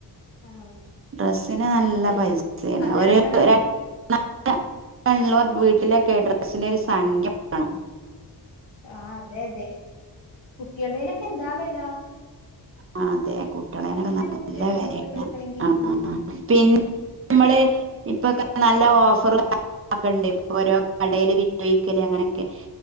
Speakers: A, on the left; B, on the right.
A: ആഹ്
B: ഡ്രസിന് നല്ല
A: അപ്പൊ
B: പൈസയാണ്
A: അത്
B: ഒരു
A: കാരണം
B: <unintelligible> വീട്ടിലെ കേഡ്രസിന ഒരു സംഖ്യണം
A: ആ അതെ അതെ കുട്ടികളടേനൊക്കെ എന്താാവല
B: ആ അതെ കുട്ടികളെനൊക്കെ നല്ല
A: കുട്ടികളുടെ
B: വിലയാണ്
A: ഡ്രസ്സൊക്കെ എടുക്കണെങ്കി
B: ആ
A: ഉം
B: പിന്നെ നമ്മള് ഇപ്പൊ നല്ല ഓഫർക്കണ്ട് ഓരോ കടേല് വിറ്റൊഴിക്കല് അങ്ങനെയൊക്കെ